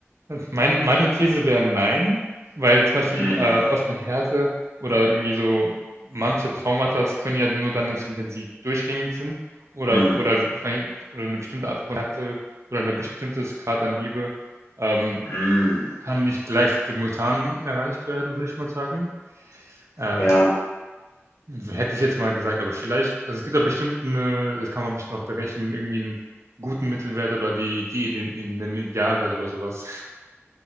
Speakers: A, on the right (about 75°); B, on the left (about 80°).
A: Meine, meine These wäre nein, weil zum Beispiel
B: Mm,
A: äh, aus einer Härte oder irgendwie so manche Traumata können ja nur dann entstehen, wenn sie durchgängig sind oder,
B: mhm,
A: oder, oder eine bestimmte Art von Härte oder ein bestimmtes Grad an Liebe ähm,
B: mm.
A: kann nicht gleich simultan erreicht werden, würde ich mal sagen. Ähm,
B: Ja,
A: hätte ich jetzt mal gesagt, aber vielleicht, also es gibt da bestimmt eine, das kann man bestimmt noch berechnen, irgendwie einen guten Mittelwert oder die, die in den, in den Idealwert oder sowas. <laughs>